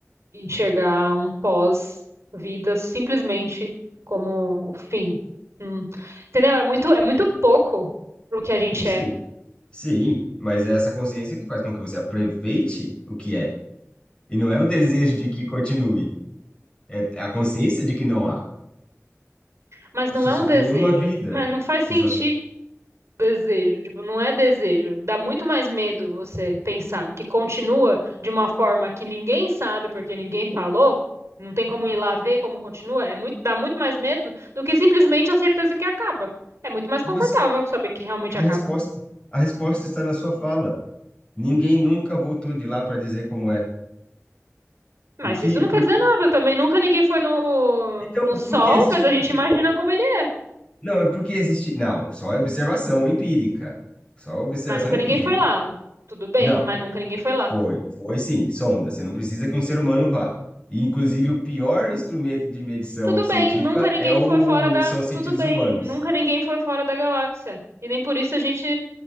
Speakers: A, on the right; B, on the left.
A: enxergar um pós-vida simplesmente como o fim. Hum. Entendeu? É muito, é muito pouco pro que a gente
B: Sim,
A: é.
B: sim, mas é essa consciência que faz com que você aproveite o que é. E não é o desejo de que continue, é a consciência de que não há.
A: Mas não
B: Você
A: é
B: só
A: um desejo.
B: tem uma vida.
A: Mas não faz
B: Você
A: sentido.
B: só...
A: desejo, tipo, não é desejo. Dá muito mais medo você pensar que continua de uma forma que ninguém sabe porque ninguém falou, não tem como ir lá ver como continua. É muito, dá muito mais medo do que simplesmente a certeza que acaba. É muito mais
B: você-
A: confortável saber que realmente
B: A
A: acaba.
B: resposta, a resposta está na sua fala. Ninguém nunca voltou de lá para dizer como é.
A: Mas
B: O que,
A: isso não
B: por...
A: quer dizer nada também. Nunca ninguém foi no,
B: Então,
A: no sol,
B: por que existiria?
A: mas a gente imagina como ele é.
B: Não, é porque existe. Não, só é observação empírica. Só observação
A: Mas nunca
B: empírica.
A: ninguém foi lá. Tudo bem,
B: Não,
A: mas nunca ninguém foi lá.
B: foi, foi sim, sonda. Você não precisa que um ser humano vá. E, inclusive, o pior instrumento de medição
A: Tudo
B: científica
A: bem, nunca ninguém
B: é o...
A: foi fora da.
B: são os sentidos
A: Tudo bem,
B: humanos.
A: nunca ninguém foi fora da galáxia. E nem por isso a gente